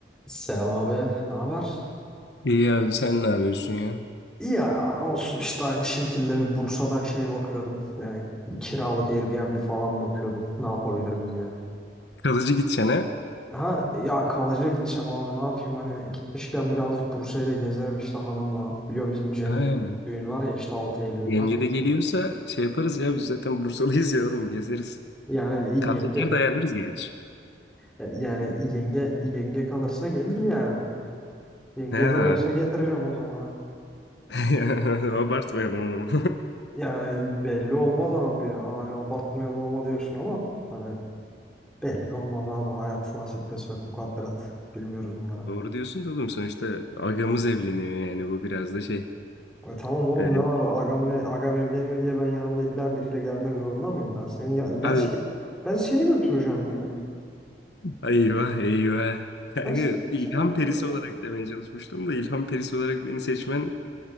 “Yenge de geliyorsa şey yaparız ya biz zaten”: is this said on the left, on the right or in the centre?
Left